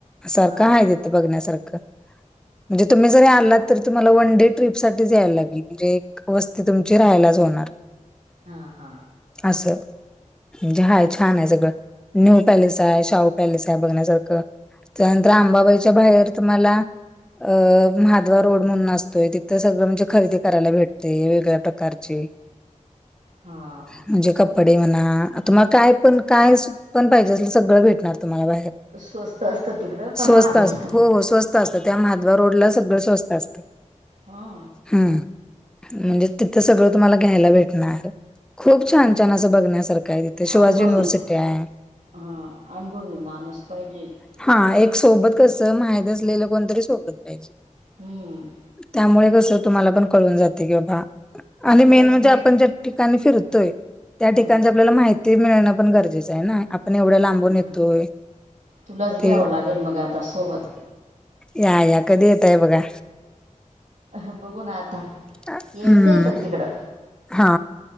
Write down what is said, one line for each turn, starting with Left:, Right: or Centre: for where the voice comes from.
Centre: सारखं
Right: हा
Centre: हाय तिथं बघण्यासारखं म्हणजे तुम्ही जरी आलात तर तुम्हाला वन डे ट्रिप साठीच यायला लागेल म्हणजे वस्ती तुमची राहायलाच होणार.
Right: हा हा
Centre: असं म्हणजे हाय छान हाय सगळं न्यू पॅलेस हाय, शाहू पॅलेस हाय बघण्यासारखं त्यानंतर आंबाबाईच्या बाहेर तुम्हाला अ म्हादवा रोड म्हणून असतोय तिथं सगळं म्हणजे खरेदी करायला भेटते वेगळ्या प्रकारची <unintelligible>
Right: हा
Centre: म्हणजे कपडे म्हणा तुम्हाला काय पण काय सु पण पाहिजे असल सगळं भेटणार तुम्हाला बाहेर
Right: स्वस्त असतं तिकडं
Centre: स्वस्त
Right: का महाग
Centre: असत
Right: असतं.
Centre: हो हो स्वस्त अस त्या माधवा रोड ला सगळं स्वस्त असतं.
Right: हा
Centre: हम्म म्हणजे तिथं सगळं तुम्हाला घ्यायला भेटणार. खूप छान
Right: तिथं
Centre: छान असं बघण्यासारखं हाय तिथे शिवाजी
Right: अनुभवी
Centre: युनिव्हर्सिटी आय.
Right: हा अनुभवी माणूस पाहिजे.
Centre: हा,
Right: तिकडं
Centre: एक सोबत कसं माहित असलेलं कोणतरी सोबत न्यायचं.
Right: हम्म
Centre: त्यामुळे कसं तुम्हाला पण कळून जाते की बाबा आणि
Right: तुलाच
Centre: मेन म्हणजे
Right: घे
Centre: आपण ज्या ठिकाणी फिरतोय त्या
Right: हा
Centre: ठिकाणच आपल्याला माहि -ती मिळणं पण गरजेचं आहे ना आपण एवढ्या
Right: हम्म
Centre: लांबून येतोय.
Right: तुलाच
Centre: ते
Right: घ्यावं लागेल मग आता सोबत.
Centre: या या, कधी येताय बघा?
Right: ह बघू ना आता,
Centre: हम्म
Right: यायचंय पण तिकडं.
Centre: हा